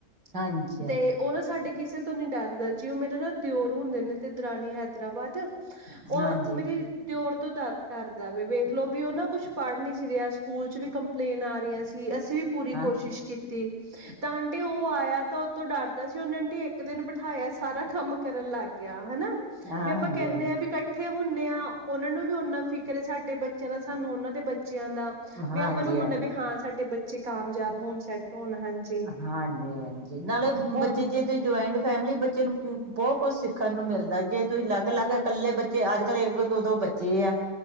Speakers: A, on the right (about 75°); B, on the right (about 50°).
A: ਹਾਂਜੀ
B: ਤੇ ਉਹ ਨਾ ਸਾਡੇ ਕਿਸੇ ਤੋਂ ਨੀ ਡਰਦਾ, ਜੀ ਉਹ ਮੇਰੇ ਨਾ ਦਿਓਰ ਹੁੰਦੇ ਨੇ ਤੇ ਦਰਾਨੀ ਹੈਦਰਾਬਾਦ ਉਹ
A: ਹਾਂਜੀ
B: ਮੇਰੇ ਦਿਓਰ ਤੋਂ ਡ ਡਰਦਾ ਵ ਵੇਖਲੋ ਵੀ ਉਹ ਨਾ ਕੁਛ ਪੜ੍ਹ ਨਹੀਂ ਸੀ ਰਿਹਾ ਸਕੂਲ ' ਵੀ ਕੰਪਲੇਨ ਆ ਰਹੀਆਂ ਸੀ, ਅਸੀਂ ਵੀ ਪੂਰੀ
A: ਹਾਂ
B: ਕੋਸ਼ਿਸ਼ ਕੀਤੀ।
A: <inaudible>
B: ਤਾਂ ਆਂਟੀ ਉਹ ਆਇਆ ਤਾਂ ਉਹਤੋਂ ਡਰਦਾ ਸੀ ਉਹਨੇ ਆਂਟੀ ਇੱਕ ਦਿਨ ਬਿਠਾਇਆ, ਸਾਰਾ ਕੰਮ ਕਰਨ ਲੱਗ ਗਿਆ ਹਨਾ
A: ਹਾਂਜੀ
B: ਵੀ ਆਪਾਂ ਕਹਿੰਨੇ
A: ਹਾਂਜੀ
B: ਆ ਵੀ ਇਕੱਠੇ ਹੁੰਨੇ ਆ, ਉਹਨਾ ਨੂੰ ਵੀ ਓਨਾ ਫ਼ਿਕਰ ਸਾਡੇ ਬੇ ਚਲੋ ਸਾਨੂੰ ਉਹਨਾਂ ਦੇ ਬੱਚਿਆਂ ਦਾ,
A: ਹਾਂਜੀ
B: ਵੀ ਆਪਾਂ ਨੂੰ
A: ਹਾਂਜੀ
B: ਹੁੰਦਾ ਵੀ ਹਾਂ ਸਾਡੇ ਬੇ ਚ ਕਾਮਯਾਬ ਹੋਣ ਸੈੱਟ ਹੋਣ ਹਾਜੀ।
A: ਹਾਂਜੀ, ਹਾਂਜੀ ਨਾਲੇ
B: ਹੋਣ
A: ਬੱਚੇ ਜੇ ਜੁਆਇੰਟ ਫੈਮਿਲੀ ਬੱਚੇ ਨੂੰ ਬਹੁਤ ਕੁੱਝ ਸਿੱਖਣ ਨੂੰ ਮਿਲਦਾ ਜੇ ਤੁਸੀਂ ਅਲੱਗ- ਅਲੱਗ ਇਕੱਲੇ ਬੇ ਅੱਜ- ਕੱਲ੍ਹ ਇੱਕ-ਇਕ, ਦੋ -ਦੋ ਬੱਚੇ ਆ